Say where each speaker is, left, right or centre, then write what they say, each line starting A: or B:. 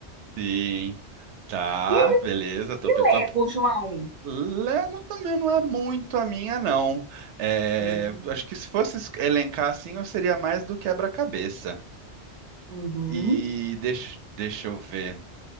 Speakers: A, on the right; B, on the right.
A: Sim. Tá,
B: E,
A: beleza. Tô,
B: e
A: pe- tô
B: Lego, João?
A: Lego também não é muito a minha, não. É,
B: Hum.
A: acho que se fosse es- elencar assim, eu seria mais do quebra-cabeça.
B: Uhum.
A: E deixa, deixa eu ver.